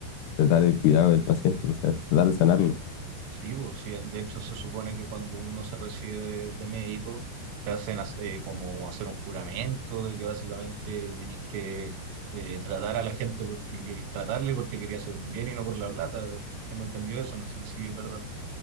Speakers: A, on the left; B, on the right.
A: tratar el cuidado del paciente, o sea, tratar de sanarlo.
B: Sí, pues, sí, de hecho se supone que cuando uno se recibe de, de médico te hacen hac- eh, como hacer un juramento de que básicamente tenés que eh, tratar a la gente porque querés tratarle, porque quería hacer un bien y no por la plata. Tengo entendido eso, no sé si es verdad.